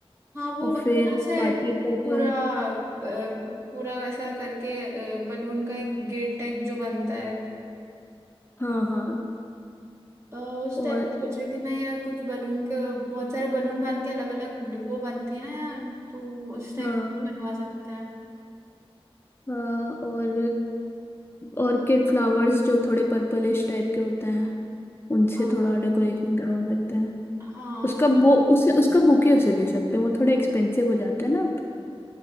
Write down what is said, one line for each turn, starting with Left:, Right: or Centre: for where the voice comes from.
Right: हाँ वो
Left: और
Right: बंदे
Left: फिर
Right: ना से
Left: पार्टी पर्पल
Right: पूरा अ, पूरा ऐसा करके बलून का एक गेट टाइप जो बनता है
Left: हाँ हाँ
Right: अ, उस
Left: और
Right: टाइप की सोच रही थी मैं यार कुछ बलून के बहुत सारे बलून बांध के अलग अलग वो बनती है ना यार तो उस टाइप
Left: हाँ
Right: बनवा सकते हैं
Left: हाँ और ऑर्किड फ्लावर्स जो थोड़े पर्पलिश टाइप के होते हैं उनसे
Right: अ,
Left: थोड़ा डेकोरेशन करवा सकते हैं
Right: हाँ
Left: उसका वो उसे उसका बुके उसे दे सकते हैं वो थोड़ा एक्सपेंसिव हो जाता है ना तो